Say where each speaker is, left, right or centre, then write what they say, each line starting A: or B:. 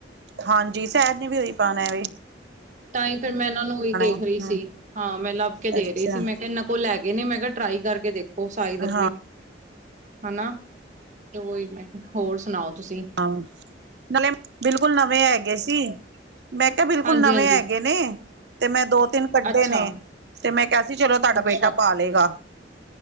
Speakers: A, on the right (about 65°); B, on the right (about 40°).
A: ਹਾਂਜੀ, ਸੈਜ ਨੇ ਵੀ ਔਹੀ ਪਾਣਾ ਵੇ।
B: ਤਾਂਈ ਫੇਰ ਮੈਂ ਇਨਾਂ ਨੂੰ ਵੀ ਦੇਖ
A: ਹਮ
B: ਰਹੀ ਸੀ। ਹਾਂ, ਮੈਂ ਲੱਭ ਕੇ ਦੇ
A: ਅੱਛਾ
B: ਰੀ ਸੀ ਮੈਂ ਕਿਆ ਏਨਾਂ ਕੋਲ ਹੈਗੇ ਨੇ ਮੈਂ ਕੈ ਟਰਾਈ ਕਰਕੇ ਦੇਖੋ ਸਾਈਜ਼ ਅਪਣੀ।
A: ਹਾਂ।
B: ਹਨਾ, ਤੇ ਓਹੀ ਮੈਂ ਖੈ ਹੋਰ ਸੁਣਾਓ ਤੁਸੀਂ?
A: ਹਾਂ, ਨਾਲੇ ਬਿਲਕੁਲ ਨਵੇਂ ਹੈਗੇ ਸੀ। ਮੈਂ ਕੈ ਬਿਲਕੁਲ
B: ਹਾਂਜੀ
A: ਨਵੇਂ
B: ਹਾਂਜੀ
A: ਹੈਗੇ ਨੇ ਤੇ ਮੈਂ ਦੋ-ਤਿੰਨ ਕੱਢੇ
B: ਅੱਛਾ
A: ਨੇ। ਤੇ ਮੈਂ ਕਿਹਾ ਸੀ ਚਲੋ ਤਾਡਾ
B: ਅੱਛਾ
A: ਬੇਟਾ ਪਾ ਲੇਗਾ,